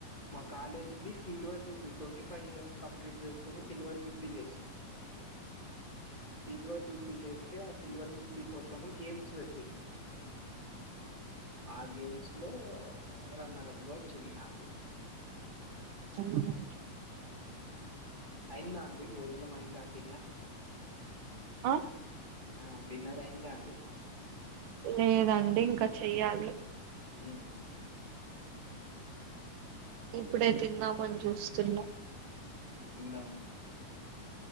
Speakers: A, on the left; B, on the right.
A: మా కాలేజీది silver jubilee twenty five years complete చేసుకుని సిల్వర్ జూబ్లీ చేసింది సిల్వర్ జూబ్లీ చేస్తే ఆ సిల్వర్ జూబ్లీ కోసం గేమ్స్ పెట్టిండ్రు ఆ గేమ్స్ నో రన్నరబ్ గ వచ్చింది నాకు
B: <unintelligible> మా
A: అయిందా అండి భోజనం అయిందా డిన్నర్
B: ఆ
A: ఆ డిన్నర్ అయిందా అండి
B: లేదండి ఇంకా చెయ్యాలి
A: ఊహుం
B: ఇప్పుడే తిందామని చూస్తున్నాం
A: తిందామని చూస్తూన్న